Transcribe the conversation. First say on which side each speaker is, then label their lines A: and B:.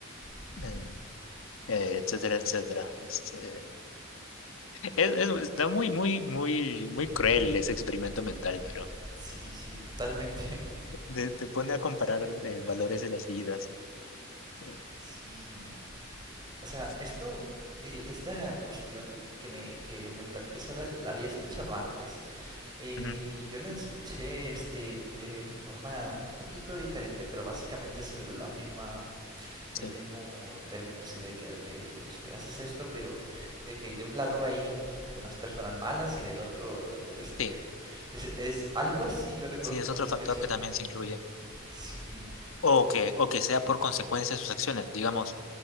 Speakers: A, on the right; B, on the left.
A: Ujú.
B: Mm, eh, etcétera, etcétera. Este, es- es- está muy, muy, muy, muy cruel
A: <laughs>
B: ese experimento mental, pero...
A: Sí, sí, totalmente. <laughs>
B: Te, te pone a comparar eh, valores de las vidas. Sí,
A: Sí. O sea,
B: sí.
A: esto, el- esta cuestión que me, que me platicas ahora, la había escuchado antes. Y
B: Ujú,
A: yo la escuché este de forma un poquito diferente, pero básicamente es la misma, el
B: Sí,
A: mismo término así de que ok, este, haces esto, pero okay, de un lado hay incluso unas personas malas y del otro este
B: sí,
A: es, es algo así yo recuerdo
B: sí,
A: como
B: es otro
A: lo escuché.
B: factor que también se incluye.
A: Sí,
B: O que, o que sea por consecuencia de sus acciones. Digamos,